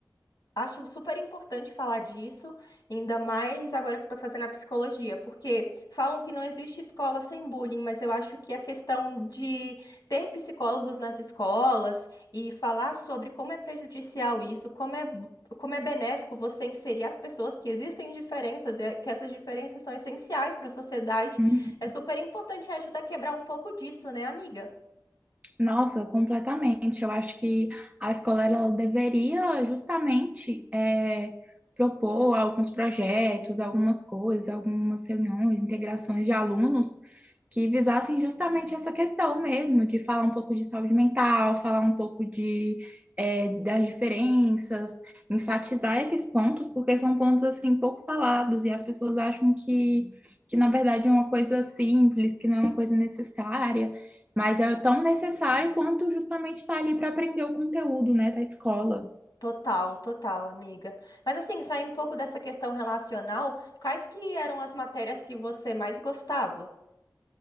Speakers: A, on the left; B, on the right.
A: Acho super importante falar disso, ainda mais agora que eu estou fazendo a psicologia, porque falam que não existe escola sem bullying, mas eu acho que a questão de ter psicólogos nas escolas e falar sobre como é prejudicial isso, como é, bu- como é benéfico você inserir as pessoas, que existem diferenças, é- que essas diferenças são essenciais para a sociedade,
B: Uhum.
A: é super importante e ajuda a quebrar um pouco disso, né, amiga?
B: Nossa, completamente. Eu acho que a escola ela deveria justamente eh, propor alguns projetos, algumas coisas, algumas reuniões, integrações de alunos que visassem justamente essa questão mesmo, de falar um pouco de saúde mental, falar um pouco de eh, das diferenças, enfatizar esses pontos, porque são pontos assim pouco falados e as pessoas acham que, que na verdade é uma coisa simples, que não é uma coisa necessária mas é tão necessário quanto justamente estar ali para aprender o conteúdo, né, da escola.
A: Total, total, amiga. Mas assim, saindo um pouco dessa questão relacional, quais que eram as matérias que você mais gostava?